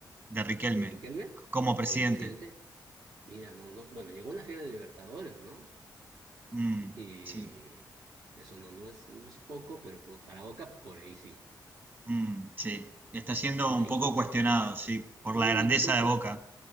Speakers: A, on the right (about 25°); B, on the right (about 65°).
A: de Riquelme
B: de Riquelme
A: como presidente?
B: como presidente? Mira, no, no, bueno, llegó una final de Libertadores, ¿no?
A: Mm,
B: Y
A: sí,
B: eso no, no es, no es poco, pero po- para Boca, por ahí sí.
A: mm, sí. Está siendo
B: Y, bu-
A: un
B: y-
A: poco cuestionado, sí, por
B: y-
A: la grandeza
B: y botó un
A: de
B: po-
A: Boca.